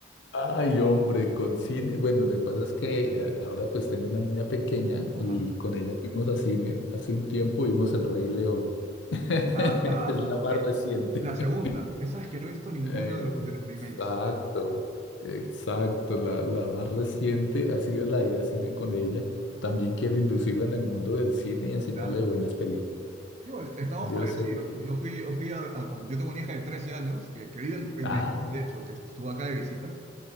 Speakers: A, on the left; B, on the right.
A: Ay, hombre, con cine. Bueno, lo que pasa es que eh, ahora pues tengo una niña pequeña
B: Ajá.
A: y con ella fuimos a cine. Hace un tiempo vimos El Rey León. <laughs>
B: La, la,
A: Es la más
B: eh,
A: reciente.
B: la segunda,
A: <laughs>
B: esa es que no he visto ninguna
A: Eh,
B: de, lo- de los
A: Exacto,
B: remakes.
A: exacto. La, la más reciente ha sido la ida a cine con ella. También quiero inducirla en el mundo del cine y enseñarle
B: Claro.
A: de buenas películas.
B: Yo, est- estamos
A: Yo
B: parecidos.
A: sé.
B: Yo fui, yo fui a, a com- yo tengo una hija de 13 años que, que vive en, en
A: Ah,
B: Medellín, de hecho, que estuvo acá de visita,